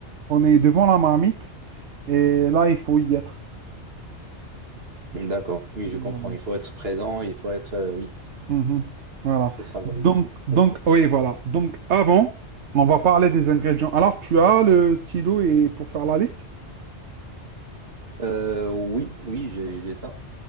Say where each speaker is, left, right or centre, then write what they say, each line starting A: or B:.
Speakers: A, on the right; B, on the right.
A: on est devant la marmite et là, il faut y être.
B: D'accord, oui,
A: Voilà.
B: je comprends. Il faut être présent, il faut être, euh, oui,
A: Mhm. Voilà.
B: il faut travailler.
A: Donc, donc,
B: <laughs>
A: oui, voilà. Donc, avant, on va parler des ingrédients. Alors, tu as le stylo et pour faire la liste?
B: Euh, oui, oui, j'ai, j'ai ça.